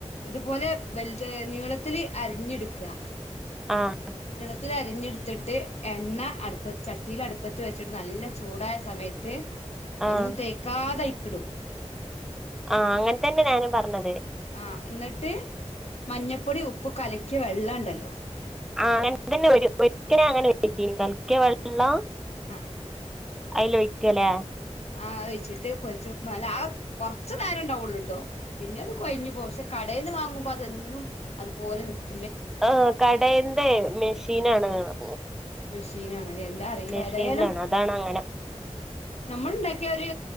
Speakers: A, on the left (about 65°); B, in the centre.
A: ഇതുപോലെ വൽത് നീളത്തില് അരിഞ്ഞെടുക്കാ
B: ആഹ്
A: നീളത്തിൽ അരിഞ്ഞെട്ത്തിട്ട് എണ്ണ അടുപ്പ ചട്ടിയില് അടുപ്പത്ത് വെച്ചിട്ട് നല്ല ചൂടായ സമയത്ത്
B: ആഹ്
A: ഒന്നും തേക്കാതയ്കടും.
B: ആഹ് അങ്ങനെ തന്നെ ഞാനും പറഞ്ഞത്.
A: ആ എന്നട്ട് മഞ്ഞപ്പൊടീം ഉപ്പും കലക്കിയ വെള്ളണ്ടല്ലോ
B: അങ്ങനെതെന്നെ ഒര് ഒരിക്കെ ഞാൻ അങ്ങനെ വെച്ചിരുന്നു. കൽക്കിയ വെള്ളം
A: അഹ്
B: അയ്ലൊഴിക്കലെ.
A: ആ അഒഴിച്ചിട്ട് പൊരിച്ചെടുക്കുമ്പോ നല്ല ആ കൊറച്ചു നേരം ഇണ്ടാവൊള്ളൂട്ടോ. പിന്നെ അത് കൊഴഞ്ഞ് പോകും. പക്ഷേ കടേന്ന് വാങ്ങുമ്പോ അത് എന്നും അതുപോലെ നിക്കും.
B: ആ കടയിന്റെ മെഷീനാണ്ന്ന് പറഞ്ഞ്.
A: മെഷീനാണ് ലേ എന്താ അറീല്ല
B: മെഷീനിലാണ്
A: ഏതായാലും
B: അതാണ് അങ്ങനെ
A: നമ്മൾ ഇണ്ടാക്കിയ ഒര്